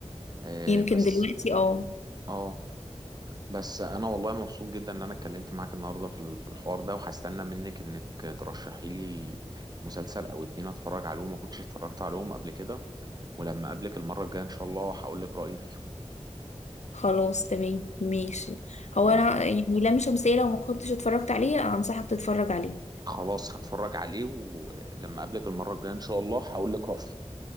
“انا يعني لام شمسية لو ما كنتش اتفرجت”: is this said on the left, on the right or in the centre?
Left